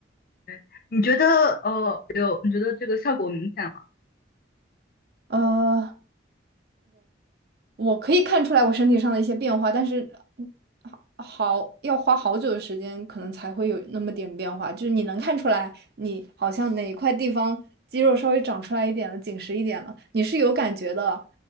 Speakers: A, on the left; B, on the right.
A: 对，你觉得呃有，你觉得这个效果明显吗？
B: 呃，我可以看出来我身体上的一些变化，但是嗯好好要花好久的时间，可能才会有那么点变化。就是你能看出来，你好像哪一块地方肌肉稍微长出来一点了，紧实一点了，你是有感觉的。